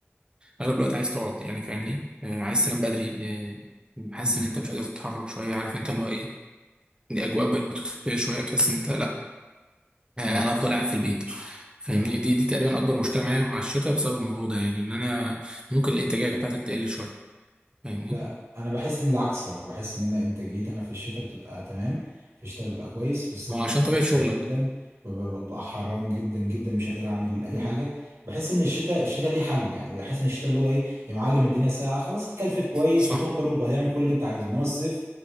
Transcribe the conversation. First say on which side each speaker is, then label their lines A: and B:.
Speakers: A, on the right; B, on the right.
A: آه، اغلب الوقت عايز تقعد يعني فاهمني آه، عايز تنام بدري آه، حاسس
B: امم
A: ان انت مش قادر تتحرك شويه عارف انت اللي هو ايه الاجواء بتتفق شويه بتحس ان انت لا آه،
B: امم
A: انا افضل قاعد في البيت فاهمني
B: أيوة.
A: دي دي تقريبا اكبر مشكله معايا مع الشتاء بسبب الموضوع ده يعني ان انا ممكن الانتاجيه بتاعتك تقل شويه فاهمني
B: لا انا بحس ان العكس صراحه بحس ان انا انتاجيتي انا في الشتاء بتبقى تمام في الشتاء ببقى كويس في الصيف
A: ما
B: ببقى
A: هو عشان طبيعه
B: مكسل
A: شغلك
B: جدا ببقى ببقى حران جدا جدا مش قادر اعمل اي
A: مم.
B: حاجه بحس ان الشتاء الشتاء ليه حل يعني بحس ان الشتاء اللي هو ايه يا معلم الدنيا ساقعه خلاص اتكلفت كويس
A: صح
B: وتخرج وهتعمل كل اللي انت عايزه انما الصيف